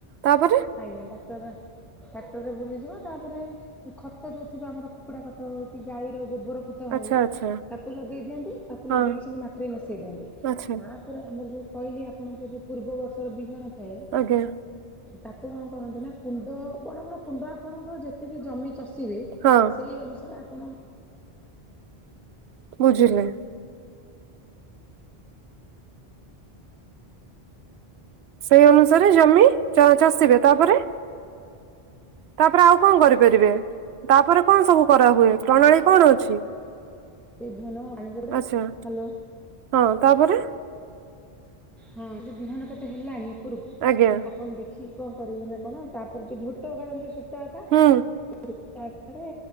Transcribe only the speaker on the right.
ତାପରେ
ଆଚ୍ଛା ଆଚ୍ଛା
ହଁ
ଆଚ୍ଛା
ଆଜ୍ଞା।
ହଁ
ବୁଝିଲେ? ସେଇ ଅନୁସାରେ ଜମି ଚଷିବେ ତାପରେ ତାପରେ ଆଉ କଣ କରିପାରିବେ ତାପରେ କଣ ସବୁ କରାହୁଏ ପ୍ରଣାଳୀ କଣ ଅଛି?
ଆଛା
ହଁ ତାପରେ
ଆଜ୍ଞା।
ହୁଁ